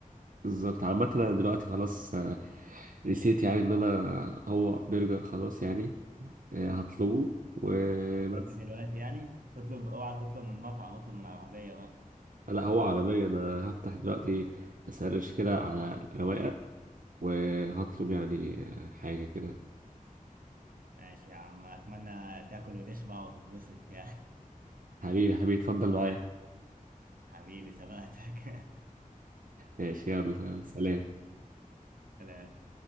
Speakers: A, on the right; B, on the right.
A: بالظبط عامة أنا دلوقتي خلاص آه، نسيت يعني إن أنا هو برجر خلاص يعني آه، هطلبه وبس
B: هتغدي دلوقتي يعني تطلب اوعى تطلب من مطعم اطلب من عربية بقى
A: لا هو عربية أنا هفتح دلوقتي أسرش كده على رواقة وهطلب يعني آه، حاجة كده
B: ماشي يا عم اتمنى تاكل وتشبع وتتبسط يعني
A: حبيبي حبيبي اتفضل معايا
B: <laughs> حبيبي سبقتك
A: ماشي يلا يلا، سلام
B: <laughs> سلام